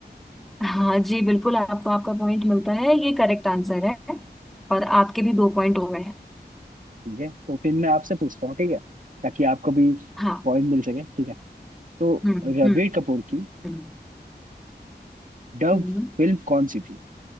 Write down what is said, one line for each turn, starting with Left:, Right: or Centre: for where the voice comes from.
Centre: हाँ जी बिल्कुल आपको आपका पॉइंट मिलता है ये करेक्ट आंसर है और
Right: अच्छा
Centre: आपके भी दो पॉइंट हो गए हैं
Right: ठीक है तो फिर मैं आपसे पूछता हूँ ठीक है ताकि आपको भी
Centre: हाँ
Right: पॉइंट मिल सके ठीक है तो
Centre: हम्म
Right: रणबीर
Centre: हम्म
Right: कपूर की
Centre: हम्म
Right: डव
Centre: हम्म।
Right: फिल्म कौन सी थी